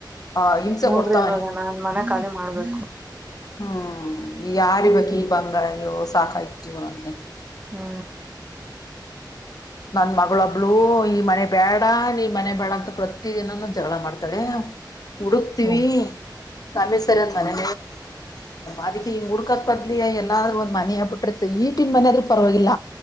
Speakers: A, on the left; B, on the right.
A: ಆ ಹಿಂಸೆ
B: ನೋಡ್ರಿ
A: ಕೊಡ್ತವನೆೆ.
B: ಇವಾಗ ನಾನ್ ಮನೆ ಖಾಲಿ ಮಾಡ್ಬೇಕು
A: ಹ್ಮ್ ಯಾರ ಇರ್ಬೇಕು
B: ಹ್ಮ್
A: ಈ ಬಂಗಾರ ಸಾಕಾಯತ್ ಜೀವನತ್ಲೆ.
B: ಹಾ
A: ನನ್ ಮಗಳೊಬ್ಳು ಈ ಮನೆ ಬೇಡ ನೀ ಮನೆ ಬೇಡ ಅಂತ ಪ್ರತಿ ದಿನಾನೂ ಜಗಳ ಮಾಡ್ತಾಳೆ. ಹುಡುಕ್ತಿೀವಿ
B: ಹ್ಮ್
A: <unintelligible> ರತ್ ಮನೇ ಅದಕ್ಕೆ ಹಿಂಗ ಹುಡ್ಕಕ್ ಬದ್ಲಿ ಎಲ್ಲಾದರೂ ಒಂದು ಮನೆೇ ಬಿಟ್ರೆ ಈಟಿನನ್ ಮನ ಆದ್ರರು ಪರವಾಗಿಲ್ಲ